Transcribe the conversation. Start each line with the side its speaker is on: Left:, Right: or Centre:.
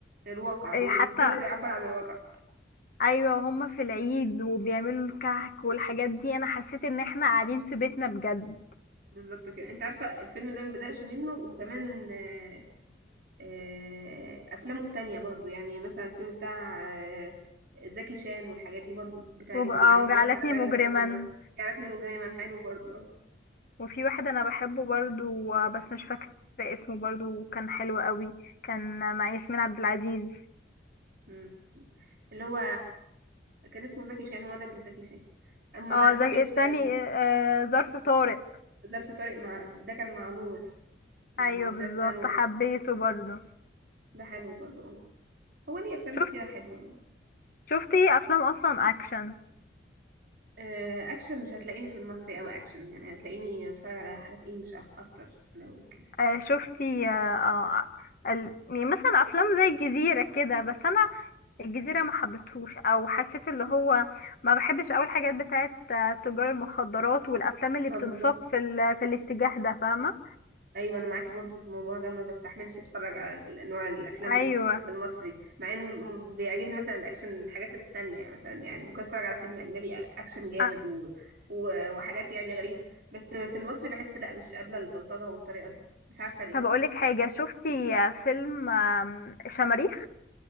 Right: الواقع بي...
Left: إيه حتى
Right: ده اللي بيعبر عن الواقع
Left: ايوه وهم في العيد وبيعملوا الكعك والحاجات دي انا حسيت ان احنا قاعدين في بيتنا بجد
Right: بالظبط كده انت عارفه الفيلم ده ما بزهقش منه وكمان آه، آه، افلامه التانية برضو يعني مثلا الفيلم بتاع آه، زكي شان والحاجات دي برضو بتعجبني
Left: وج- آه،
Right: يعني ممكن
Left: وجعلتني
Right: اتفرج عليه
Left: مجرما
Right: اكتر من مره جعلتني مجرما حلو برضو اه
Left: وفي واحد انا بحبه برضو آه، بس مش فاكره اسمه برضو كان حلو قوي كان مع ياسمين عبد العزيز
Right: مم. اللي هو كان اسمه زكي شان هو ده اللي زكي شان اما
Left: اه
Right: بقى
Left: زي
Right: في فيلم
Left: التاني
Right: آم،
Left: آه، ظرف طارق
Right: ظرف طارق مع ده كان مع نور مع
Left: ايوه
Right: ممثله
Left: بالظبط
Right: اسمها نور
Left: حبيته برضو
Right: ده حلو برضو اه هو ليه افلام
Left: شفت
Right: كتيره حلوه يعني
Left: شفتي افلام اصلا اكشن
Right: آه، اكشن مش هتلاقيني في المصري قوي اكشن يعني هتلاقيني اتفرج على حاجات انجلش اكتر لو كده
Left: آه، شفتي آه، آه، ال- يعني مثلا افلام زي الجزيره كده بس انا الجزيرة ما حبيتهوش او حسيت اللي هو ما بحبش اول حاجات بتاعت آه، تجار المخدرات والافلام اللي
Right: ما
Left: بتنساق
Right: بالظبط
Left: في ال... في الاتجاه ده فاهمة
Right: ايوه انا معاكي برضو في الموضوع ده ما بستحملش اتفرج على ال- نوع الافلام
Left: ايوه
Right: ده المصري مع ان م- بيعجبني مثلا الاكشن الحاجات التانية يعني مثلا يعني ممكن اتفرج على فيلم اجنبي اكشن جامد
Left: آه،
Right: و... و... وحاجات يعني غريبة بس في المصري بحس لا مش قابلة البلطجة والطريقة دي مش عارفة ليه
Left: طب اقولك حاجة شفتي آه، فيلم آم، شماريخ